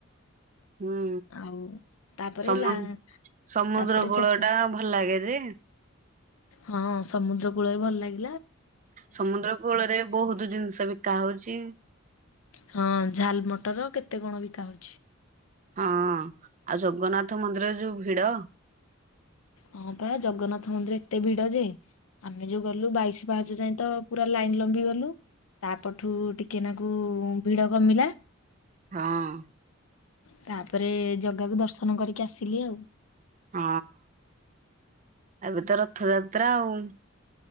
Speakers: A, on the right; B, on the left.
A: ହୁଁ
B: ଆଉ ତାପରେ
A: ସମ
B: ଲା
A: ସମୁଦ୍ର
B: ତାପରେ
A: କୂଳ
B: ଶେଶେ
A: ଟା ଭଲ ଲାଗେ ଯେ
B: ହଁ ସମୁଦ୍ର କୂଳ ବି ଭଲ ଲାଗେ।
A: ସମୁଦ୍ର କୂଳରେ ବହୁତ ଜିନିଷ ବିକା ହଉଚି।
B: ହଁ ଝାଲ ମଟର କେତେ କଣ ବିକା ହଉଚି।
A: ହଁ ଆଉ ଜଗନ୍ନାଥ ମନ୍ଦିରରେ ଯୋଉ ଭିଡ
B: ହଁ ପା ଜଗନ୍ନାଥ ମନ୍ଦିରରେ ଏତେ ଭିଡ ଯେ ଆମେ ଯୋଉ ଗଲୁ ବାଇଶି ପାହାଚ ଯାଇଏ ତ ପୁରା ଲାଇନ ଲମ୍ବି ଗଲୁ ତାପଠୁ ଟିକେ ନାକୁ ଭିଡ କମିଲା।
A: ହଁ।
B: ତାପରେ ଜଗାକୁ ଦର୍ଶନ କରିକି ଆସିଲି ଆଉ।
A: ହଁ। ଏବେ ତ ରଥଯାତ୍ରା ଆଉ।